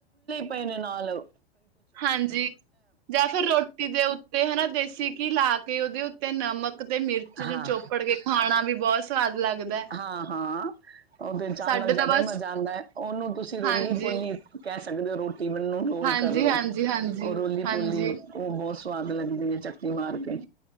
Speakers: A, on the right; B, on the right.
A: ਪ ਨੇ ਨਾਲਲ
B: ਹਾਂਜੀ ਜਾਂ ਫਿਰ ਰੋਟੀ ਦੇ ਉੱਤੇ ਹਨਾ ਦੇਸੀ ਘੀ ਲਾ ਕੇ ਉਹਦੇ ਉੱਤੇ ਨਮਕ ਤੇ ਮਿਰਚ ਚ
A: ਹਾਂ
B: ਚੋਪੜ ਕੇ ਖਾਣਾ ਵੀ ਬਹੁਤ ਸਵਾਦ ਲੱਗਦਾ। ਹੈ।
A: ਹਾਂ ਹਾਂ ਉਹ ਫੇਰ ਚਾਹ
B: ਸਾਡੇ
A: ਨਾਲ ਜਿਆਦਾ
B: ਤਾਂ ਬਸ
A: ਹੀ ਮਜ਼ਾ ਆਉਂਦਾ ਹੈ ਉਹਨੂੰ ਤੁਸੀਂ ਰੋਲੀ
B: ਹਾਂਜੀ,
A: ਪੋਲੀ ਕਹਿ। ਦੇ ਰੋ। <inaudible> ਮਨ ਨੂੰ ਰੋਲ
B: ਹਾਂਜੀ-ਹਾਂਜੀ,
A: ਕਰਲੋ
B: ਹਾਂਜੀ, ਹਾਂਜੀ।
A: ਉਹ ਰੋਲੀ
B: ਹਾਂਜੀ
A: ਪੋਲੀ ਉਹ ਬਹੁਤ। ਸਵਾਦ ਲੱਗਦੀ ਹੈ ਚੱਕੀ ਮਾਰ ਕੇ।